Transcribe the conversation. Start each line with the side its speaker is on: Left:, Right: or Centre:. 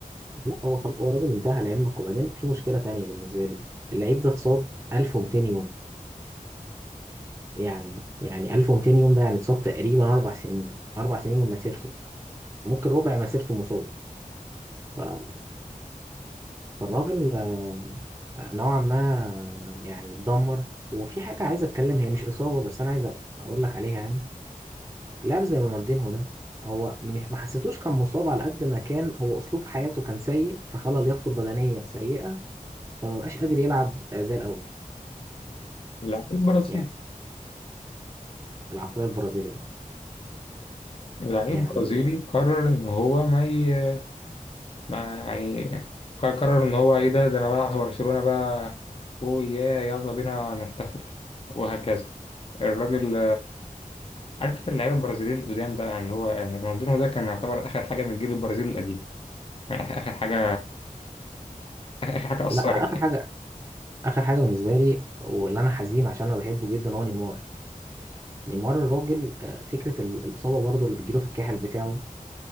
Right: لا هو خل... هو الراجل انتهى لعلمك وبعدين في مشكله تانية بالنسبه لي اللعيب ده اتصاب 1200 يوم يعني يعني 1200 يوم ده يعني اتصاب تقريبا اربع سنين اربع سنين من مسيرته ممكن ربع مسيرته مصاب ف- فالراجل آه، نوعا ما آه، يعني اتدمر وفي حاجه عايز اتكلم هي مش اصابه بس انا عايز اقول لك عليها يعني لاعب زي رونالدينهو ده هو مش ما حسيتوش كان مصاب على قد ما كان هو اسلوب حياته كان سيء فخلى لياقته البدنيه سيئه فما بقاش قادر يلعب آه، زي الاول
Left: لعيب برازيلي
Right: يعني العقلية البرازيلية
Left: لعيب
Right: يعني
Left: برازيلي قرر إن هو ما, ي... ما يعني ق- قرر إن هو إيه ده ده أنا بلعب في برشلونة بقى أوه يا يلا بينا نحتفل وهكذا الراجل عارف انت اللعيبه البرازيليين القدام بقى يعني هو يعني رونالدينو ده كان يعتبر اخر حاجه من الجيل البرازيلي القديم يعني اخر آخر حاجه آخر آخر حاجه اثرت
Right: لا آخر
Left: يعني
Right: حاجة آخر حاجة بالنسبة لي واللي أنا حزين عشان أنا بحبه جدا هو نيمار نيمار الراجل آه، فكرة ال- الإصابة برضه اللي بتجيله في الكاحل بتاعه